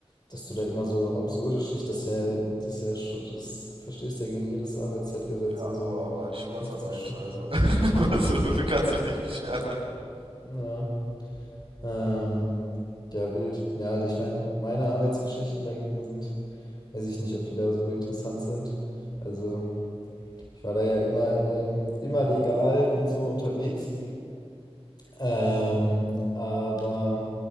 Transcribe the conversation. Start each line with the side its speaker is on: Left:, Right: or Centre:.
Left: dass du da immer so absurde Schicht, das ist ja, das ist ja schon, das verstößt ja gegen jedes Arbeitszeitgesetz
Right: Ja,
Left: und so.
Right: aber war halt Schwarzarbeit,
Left: 15 Stunden.
Right: also <laughs>
Left: Ja.
Right: also, man kann sich nicht beschweren, ne?
Left: Ja. Ähm, ja, wild. Ja, ich meine, meine Arbeitsgeschichten dagegen sind Weiß ich nicht, ob die da so interessant sind. Also, ich war da ja immer, ähm, immer legal und so unterwegs. Ähm, aber